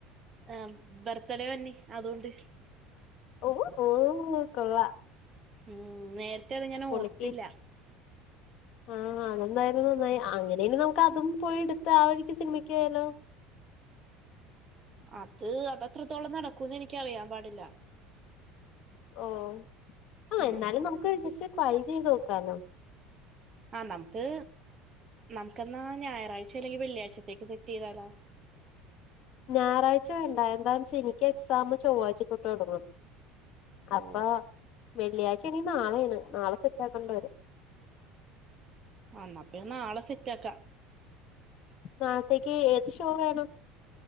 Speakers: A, on the right (about 35°); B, on the left (about 55°).
A: ആഹ് ബർത്ത് ഡേ വരണ് അതോണ്ട്.
B: ഓ ഓ കൊള്ളാം.
A: ഉം നേരത്തെ അത് ഞാൻ
B: പൊളിക്ക്
A: ഓർത്തില്ല.
B: ആഹ് അതെന്തായാലും നന്നായി അങ്ങനെ ആണേൽ നമുക്ക് അതും പോയി എടുത്ത് ആഹ് വഴിക്ക് സിനിമക്ക് പോയാലോ?
A: അത് അത് എത്രത്തോളം നടക്കുന്ന് എനിക്ക് അറിയാൻ പാടില്ല.
B: ഓ ആഹ്
A: ഉം
B: എന്നാലും നമുക്ക് ജസ്റ്റ് ട്രൈ ചെയ്ത് നോക്കാലോ?
A: ആഹ് നമുക്ക് നമുക്ക് എന്നാ ഞായറാഴ്ച അല്ലെങ്കിൽ വെള്ളിയാഴ്ചത്തേക്ക് സെറ്റ് ചെയ്താലോ?
B: ഞായറാഴ്ച വേണ്ട എന്താന്ന് വച്ചാൽ എനിക്ക് എക്സാം ചൊവ്വാഴ്ച തൊട്ട് തൊടങ്ങും. അപ്പൊ
A: ഓ
B: വെള്ളിയാഴ്ച ഇനി നാളെയാണ് നാളെ സെറ്റ് ആകേണ്ട വരും.
A: എന്നാ പിന്നെ നാളെ സെറ്റ് ആക്കാം.
B: നാളത്തേക്ക് ഏത് ഷോ വേണം.